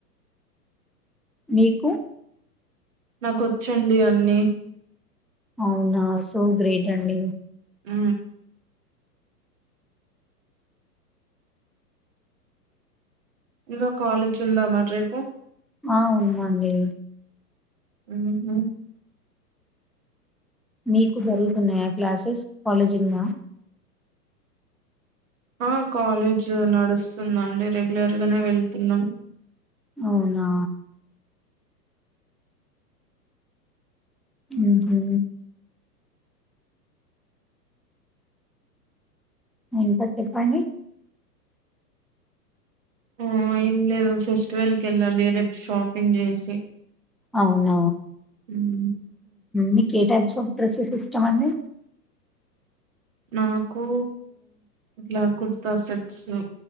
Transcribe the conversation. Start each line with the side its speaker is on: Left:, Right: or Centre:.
Centre: మీకు
Right: నాకు వచ్చండి అన్నీ
Centre: అవునా సో గ్రేట్ అండి
Right: మ్ ఇంకో కాల్ వచ్చిందా మాట్లాడు పో
Centre: ఆ ఉందడి.
Right: మ్ హు
Centre: మీకు జరుగుతున్నాయా క్లాసెస్ కాలేజీ ఉందా
Right: ఆ కాలేజ్ నడుస్తుందండి రెగ్యులర్ గానే వెళ్తున్నాం
Centre: అవునా మ్ హూ ఇంకా చెప్పండి
Right: ఆ ఏం లేదు ఫెస్టివల్ క వెళ్ళాలి రేపు షాపింగ్ చేసి.
Centre: అవున
Right: మ్మ్
Centre: మీకు ఏ టైప్స్ ఆఫ్ డ్రెస్సెస్ ఇష్టం అండి
Right: నాకు ఇట్లా కుర్తా సెట్స్